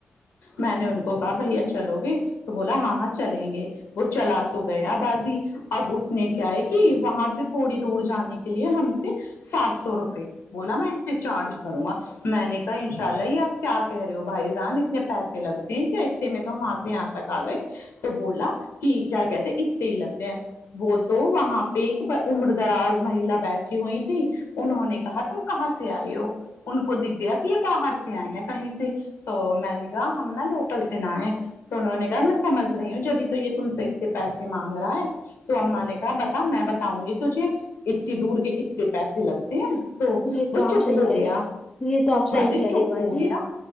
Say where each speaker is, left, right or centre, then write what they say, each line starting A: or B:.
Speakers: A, on the left; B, on the left.
A: میں نے ان کو کہا بھیا چلو گے تو بولا ہاں ہاں چلیں گے وہ چلا تو گیا بازی اب اس نے کیا ہے کہ وہاں سے تھوڑی دور جانے کے لیے ہم سے سات سو روپئے بولا میں اتے چارج کروں گا میں نے کہا ان شاء اللہ یہ آپ کیا کہہ رہے ہو بھائی جان اتنے پیسے لگتے ہیں کیا اتنے میں تو وہاں سے یہاں تک آ گئے تو بولا کہ کیا کہتے ہیں اتے ہی لگتے ہیں وہ تو وہاں پہ ایک با عمر دراز مہیلا بیٹھی ہوئی تھی انہوں نے کہا تم کہاں سے آئے ہو ان کو دکھ گیا کہ یہ باہر سے آئے ہیں کہیں سے تو میں نے کہا ہم نا لوکل سے نہئے تو انہوں نے کہا میں سمجھ رہی ہوں جبھی تو یہ تم سے اتنے پیسے مانگ رہا ہے تو اما نے کہا بتا میں بتاؤں گی تجھے اتنی دور کے اتنے پیسے لگتے ہیں تو
B: یہ
A: وہ
B: تو آپ
A: چپ
B: صحیح
A: ہو
B: کہہ
A: گیا
B: رہی ہے یہ تو آپ صحیح
A: باجی
B: کہہ رہی
A: چپ
B: باجی
A: ہو گیا